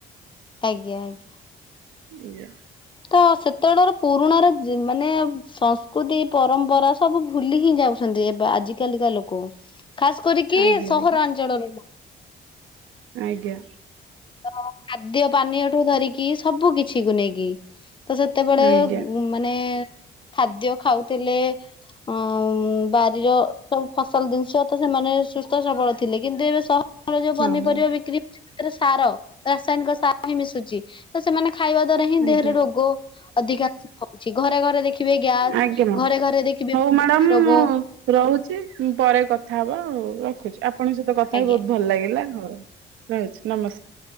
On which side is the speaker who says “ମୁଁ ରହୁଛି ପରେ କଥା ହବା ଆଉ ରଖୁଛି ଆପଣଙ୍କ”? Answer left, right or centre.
Right